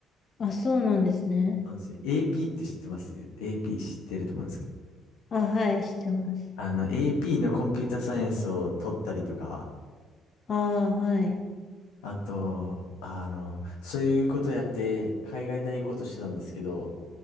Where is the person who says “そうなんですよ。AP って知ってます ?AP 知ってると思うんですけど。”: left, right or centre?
Left